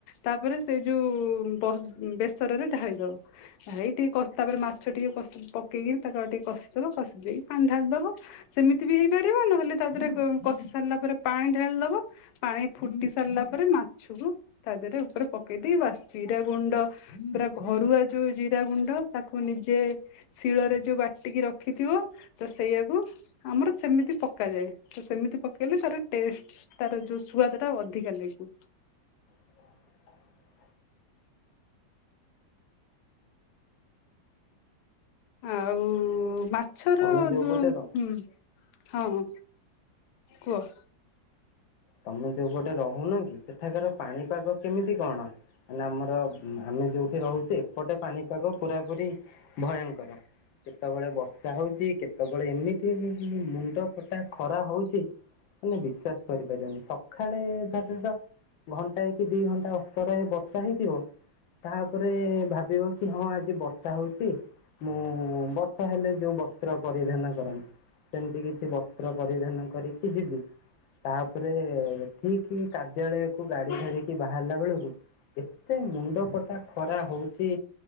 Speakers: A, on the left (about 70°); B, on the left (about 85°).
A: ତାପରେ ସେଇ ଯୋଉ ବେସରରେ ଢାଳି ଦେବ ଢଳି ଟିକେ ତାପରେ ମାଛଟିକେ ଟିକେ କଷ ପକେଇକି ତାକୁ ଆଉ ଟିକେ କଷିଦେବ କଷି ଦେଇକି ପାଣି ଢାଳି ଦବ ସେମିତି ବି ହେଇପାରିବ ନହେଲେ ତା ଦେହରେ କଷି ସାରିଲା ପରେ ପାଣି ଢାଳି ଦବା ପାଣି ଫୁଟି ସାରିଲା ପରେ ମାଛକୁ ତା ରେ ଉପରେ ପକେଇ ଦେଇ ବାସ୍ ଜିରା ଗୁଣ୍ଡ ପୁରା ଘରୁଆ ଯୋଉ ଜିରା ଗୁଣ୍ଡ ତାକୁ ନିଜେ ଶିଳରେ ଯୋଉ ବାଟିକି ରଖିଥିବ ତ ସେଇଆକୁ ଆମର ସେମିତି ପକାଯାଏ। ତ ସେମିତି ପକେଇଲେ ତାର ଟେଷ୍ଟ ତାର ଯୋଉ ସୁଆାଦ ଟା ଅଧିକା ଲାଗିବ।
B: ହ <inaudible>
A: ଆଉ ମାଛର
B: ତମେ ଯୋଉ
A: ହୁଁ
B: ପଟେ ର
A: ହଁ ହଁ କୁହ
B: ତମେ ଯୋଉ ଗଟେ ରହୁନ କି ସେଠାକାର ପାଣିପାଗ କେମିତି କଣ ମାନେ ଆମର ଆମେ ଯୋଉ ଉଠି ରହୁଛି ଏପଟେ ପାଣିପାଗ ପୁରା ପୁରି ଭୟଙ୍କର କେତେବେଳେ ବର୍ଷା ହଉଛି କେତେବେଳେ ଏମିତି ମୁଣ୍ଡ ଫଟା ଖରା ହଉଛି ମାନେ ବିଶ୍ଵାସ କରିପାରିବନି ସ କାଳେ ଭାବିବା ଘଣ୍ଟାଏ କି ଦି ଘଣ୍ଟା ଅସ୍ତରା ବର୍ଷା ହେଇଥିବ ତାପରେ ଭାବିବ କି ହଁ ଆଜି ବର୍ଷା ହଉଛି ମୁଁ ବର୍ଷ ହେଲେ ଯୋଉ ବସ୍ତ୍ର ପରିଧାନ କରନ୍ତି ସେମିତି କିଛି ବସ୍ତ ପତ୍ର ପରିଧାନ କରିକି ଯିବି ତାପରେ ଏଠିକି କାର୍ଯ୍ୟାଳୟକୁ ଗାଡି ଧରିକି ବାହାରିଲା ବେଳକୁ ଏତେ ମୁଣ୍ଡ ଫଟା ଖରା ହଉଛି